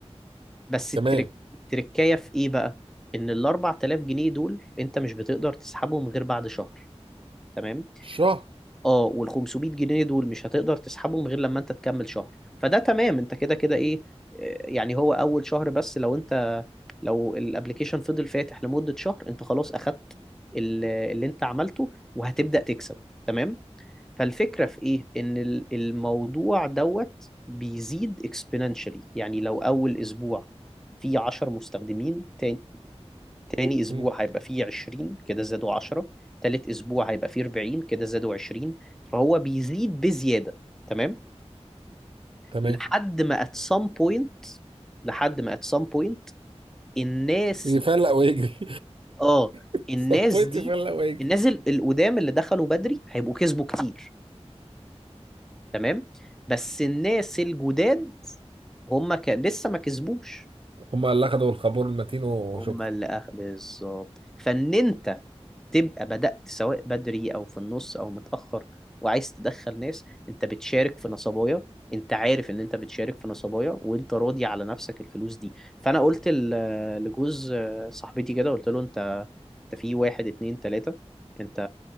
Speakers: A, in the centre; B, on the right.
A: بس
B: كمان
A: الترك التركايه في ايه بقى ان ال 4000 جنيه دول انت مش بتقدر تسحبهم غير بعد شهر تمام
B: الشهر
A: اه وال 500 جنيه دول مش هتقدر تسحبهم غير لما انت تكمل شهر فده تمام انت كده كده ايه آه، يعني هو اول شهر بس لو انت لو الابلكيشن فضل فاتح لمدة شهر انت خلاص اخدت ال- اللي انت عملته وهتبدأ تكسب تمام فالفكرة في ايه ان ال- الموضوع دوت بيزيد exponentially يعني لو اول اسبوع في 10 مستخدمين تاني, تاني اسبوع
B: مم.
A: هيبقى فيه 20 كده زادوا 10 تالت اسبوع هيبقى فيه 40 كده زادوا 20 فهو بيزيد بزيادة تمام
B: تمام
A: لحد ما at some point لحد ما at some point الناس
B: يفلق
A: دي
B: ويجري
A: اه
B: <laughs>
A: الناس
B: صبيت
A: دي
B: يفلق ويجري
A: الناس ال- القدام اللي دخلوا بدري هيبقوا كسبوا كتير تمام بس الناس الجداد هما ك... لسه ما كسبوش
B: هما اللي اخدوا الخابور المتين وشكرا
A: هما اللي أخ... بالظبط فان انت تبقى بدأت سواء بدري أو في النص أو متأخر وعايز تدخل ناس أنت بتشارك في نصبايا أنت عارف إن أنت بتشارك في نصبايا وأنت راضي على نفسك الفلوس دي فأنا قلت ل- لجوز صاحبتي كده قلت له أنت أنت في واحد اتنين تلاتة أنت